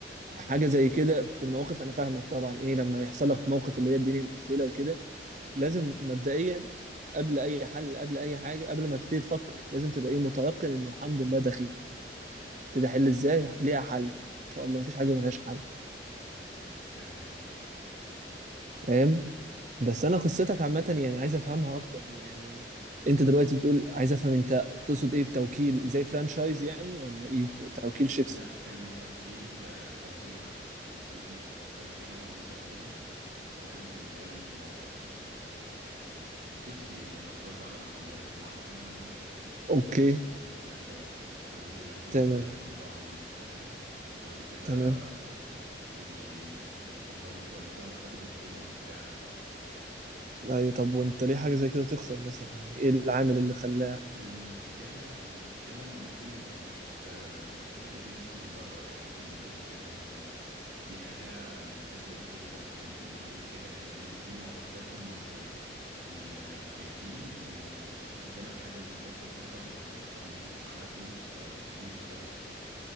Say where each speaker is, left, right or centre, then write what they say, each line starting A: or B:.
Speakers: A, on the right; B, on the right.
A: امم
B: حاجه زي كده في المواقف انا فاهمك طبعا ايه لما يحصل لك موقف اللي هي الدنيا مقفله وكده لازم مبدئيا قبل اي حل قبل اي حاجه قبل ما تبتدي تفكر لازم تبقى ايه متيقن ان الحمد لله ده خير قلت ده حل ازاي ليها حل ان شاء الله مفيش حاجه ملهاش حل
A: امم فاهم قصدك
B: فاهم بس انا قصتك عامه يعني عايز افهمها اكتر يعني انت دلوقتي بتقول عايز افهم انت تقصد ايه بتوكيل زي فرانشايز يعني ولا ايه توكيل شيبسي
A: لا كان توكيل آه، توزيع توكيل توزيع مواد غذائية تمام اللي هي ال- آه، آه، الشيبسي لما بتوزع على محلات معينة
B: اوكي
A: والكلام دوت يعني فبنزل لك كان
B: تمام
A: بينزل لك بضاعة من الشركة بعد كده
B: تمام
A: بتبتدي انت تاخدها وتوزع وبتاخد البونص بتاعك يعني
B: ايوه طب وانت ليه حاجه زي كده تخسر مثلا يعني ايه العامل اللي خلاها
A: المشكلة المشكلة ان احنا بنبص آه، في البيزنس من بره يعني احنا بنبص لان آه، دي حاجة مش بتاكل وبتشرب احنا بن- بنقول كده يعني دي, دي معتقداتنا المصرية ان آه، شايفين ان آه، ما دام الحاجة مش بتاكل وتشرب او او مش بتدفع لها فلوس فمش بتخسر